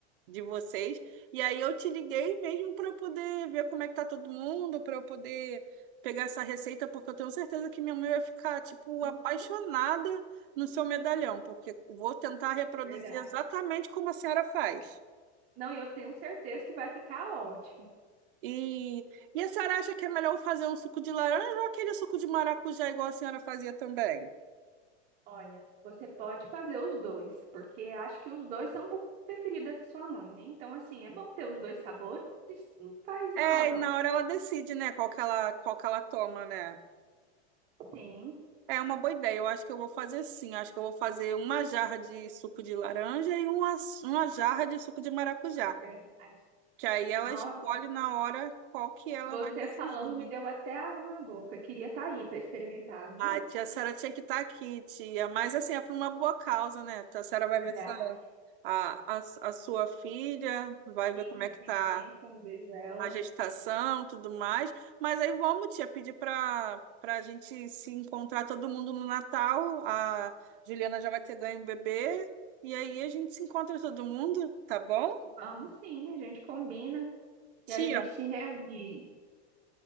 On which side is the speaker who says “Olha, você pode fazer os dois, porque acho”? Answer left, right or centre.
Right